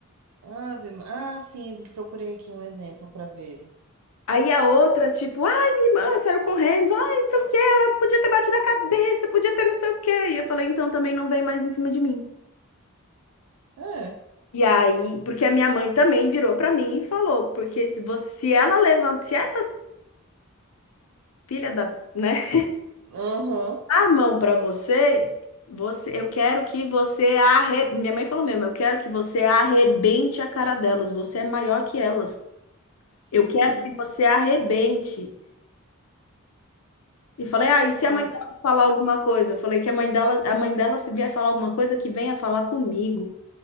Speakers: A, on the right (about 85°); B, on the left (about 80°).
A: Ave... Ah, sim, procurei aqui um exemplo para ver.
B: Aí a outra, tipo, ai, minha irmã saiu correndo, ai, não sei o quê, ela podia ter batido a cabeça, podia ter não sei o quê. E eu falei, então também não vem mais em cima de mim.
A: É.
B: E aí, porque a minha mãe também virou pra mim e falou, porque se você, se ela levanta, se essa filha da, né,
A: Aham.
B: <laughs> a mão pra você, você, eu quero que você arre... Minha mãe falou mesmo, eu quero que você arrebente a cara delas, você é maior que elas.
A: Sim.
B: Eu quero que você arrebente. E falei, ah, e se
A: Ai.
B: a mãe dela falar alguma coisa? Eu falei que a mãe dela, a mãe dela se vier falar alguma coisa, que venha falar comigo.